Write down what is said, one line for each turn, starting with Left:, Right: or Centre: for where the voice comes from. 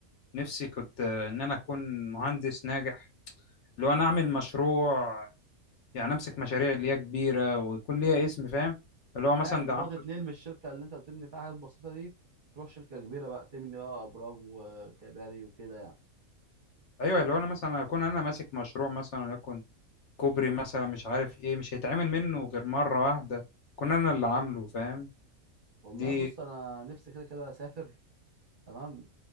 Left: نفسي كنت ان انا اكون مهندس ناجح لو انا اعمل مشروع يعني امسك مشاريع اللي هي كبيره ويكون ليها اسم فاهم اللي هو مثلا
Right: فاهم اللي
Left: ده عم...
Right: هو تتنقل من الشركه اللي انت بتبني فيها حاجات بسيطه دي تروح شركه كبيره بقى تبني بقى ابراج وكباري وكده يعني
Left: ايوه اللي هو انا مثلا اكون انا ماسك مشروع مثلا وليكن كوبري مثلا مش عارف ايه مش هيتعمل منه غير مره واحده كنا انا اللي عامله فاهم
Right: والله
Left: دي
Right: بص انا نفسي كده كده اسافر تمام